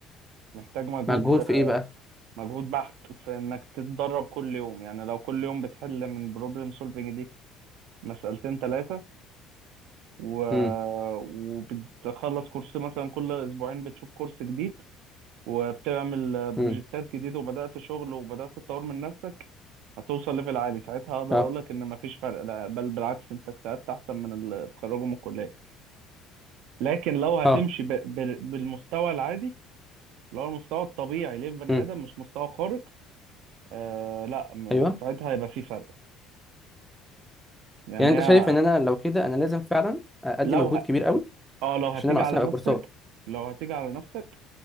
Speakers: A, on the right; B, in the centre.
A: محتاج مجهود
B: مجهود
A: آه،
B: في إيه بقى؟
A: مجهود بحت في إنك تتدرب كل يوم يعني لو كل يوم بتحل من بروبلم سولفنج دي مسألتين ثلاثة و...
B: امم
A: وبتخلص كورس مثلا كل أسبوعين بتشوف كورس جديد وبتعمل بروجكتات
B: امم
A: جديدة وبدأت شغل وبدأت تطور من نفسك هتوصل ليفل عالي ساعتها هقدر
B: أه
A: اقول لك ان مفيش فرق لا بل بالعكس انت اجتهدت احسن من اللي اتخرجوا من الكليه لكن لو هتمشي
B: أه
A: ب... ب... بالمستوى العادي اللي هو المستوى الطبيعي للبني
B: امم
A: ادم مش مستوى خارق آه لا م-
B: أيوه
A: ساعتها هيبقى في فرق يعني
B: يعني
A: هي
B: أنت شايف إن أنا لو كده أنا لازم فعلا أدي
A: لو
B: مجهود
A: ه...
B: كبير قوي
A: اه لو هتيجي
B: عشان أنا
A: على
B: أصلا أبقى
A: نفسك
B: كورسات
A: لو هتيجي على نفسك